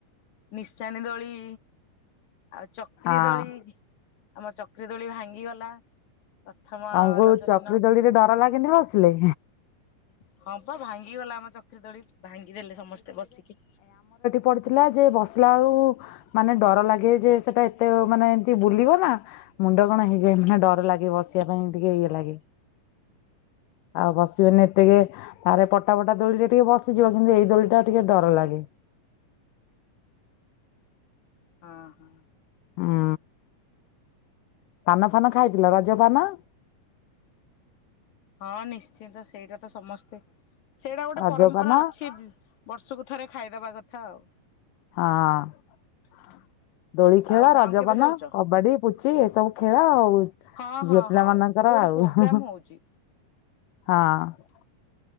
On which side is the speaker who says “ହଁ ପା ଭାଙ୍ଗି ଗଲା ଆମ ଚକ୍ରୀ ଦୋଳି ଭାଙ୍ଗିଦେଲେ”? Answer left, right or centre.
Left